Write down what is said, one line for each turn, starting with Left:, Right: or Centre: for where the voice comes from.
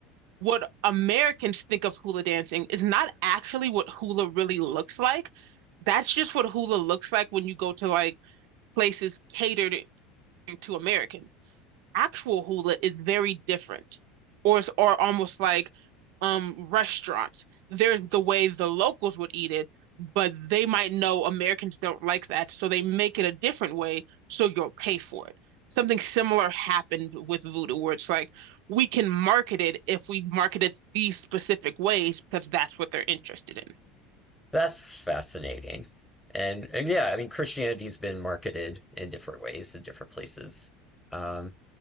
Right: what Americans think of hula dancing is not actually what hula really looks like. That's just what hula looks like when you go to like places catered to Americans actual hula is very different, or it's, or almost like um restaurants. There's the way the locals would eat it, but they might know Americans don't like that, so they make it a different way, so you'll pay for it. Something similar happened with voodoo, where it's like we can market it if we market it these specific ways because that's what they're interested in.
Centre: That's fascinating. And, and yeah, I mean, Christianity's been marketed in different ways in different places. Um,